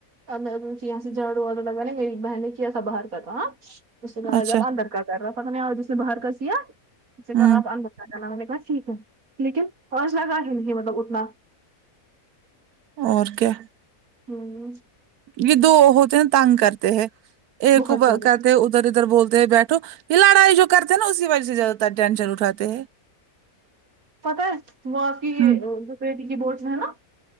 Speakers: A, on the right; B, on the right.
A: اب میں پوچھیں یہاں سے جھاڑو واڑو لگا ن میری بہن نے کیا تھا باہر کہ کام اس کہا
B: اچھا
A: آج آپ اندر کیا کر رہا پتا نہیں آج اسنے باہر کہ کیا اسنے کہا
B: ہوں
A: آپ اندر لنا میں نے کہا ٹھیک ہے لیکن پانچ لگا ہی نہیں ہے مطلب اتنا
B: اور کیا
A: ہوں
B: یہ دو ہوتے ہیں تنگ کرتے ہیں ایک
A: بہت
B: کو
A: زیادہ
B: کہتے ہیں ادھر ادھر بول دے بیٹھو یہ لڑائی جو کرتے ہیں نا اس کی وجہ سے زیادہ تر ٹینشن اٹھاتے ہیں
A: پتہ ہے وہ آپ کی یہ
B: ہوں
A: دو پریٹی کی بوٹس میں ہے نا